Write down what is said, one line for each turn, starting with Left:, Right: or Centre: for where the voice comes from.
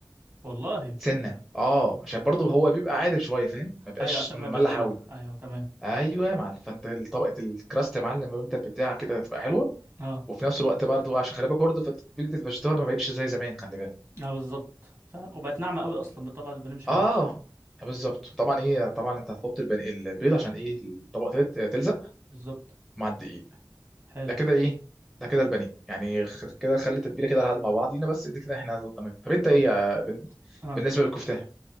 Right: والله
Centre: سنه اه عشان برضه هو بيبقى عادل شويه فاهم ما بيبقاش
Right: ايوه عشان
Centre: مملح
Right: ما يبقاش دلع
Centre: قوي
Right: ايوه تمام
Centre: ايوه يا معلم فانت طبقه الكراست يا معلم وانت بتاع كده تبقى حلوه
Right: اه
Centre: وفي نفس الوقت برضه عشان خلي بالك برضه فتتبيله الفيجيتار ما بقتش زي زمان خلي بالك
Right: اه بالظبط فعلا وبقت ناعمه قوي اصلا بتطلع البانيه مش حلو
Centre: اه بالظبط
Right: <laughs>
Centre: طبعا
Right: م.
Centre: ايه طبعا انت هتحط البن... البيض عشان ايه الطبقه تل- تلزق
Right: بالظبط
Centre: مع الدقيق
Right: حلو
Centre: ده كده ايه ده كده البانيه يعني خ- كده خلي التتبيله كده لحد مع بعضينا بس ده كده احنا تمام طب انت
Right: طب
Centre: ايه يا بن...
Right: اه
Centre: بالنسبه للكفته